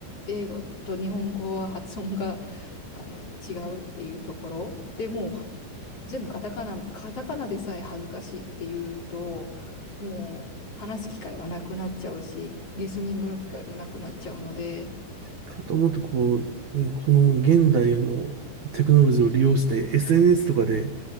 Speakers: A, on the left; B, on the right.
A: 英語と日本語は発音が、あの、違うっていうところ。でもう、は全部カタカナ、カタカナでさえ恥ずかしいっていうと、もう、話す機会はなくなっちゃうし、リスニングの機会もなくなっちゃうので、
B: かと思うと、こう、うんこの現代のテクノロジーを利用して SNS とかで、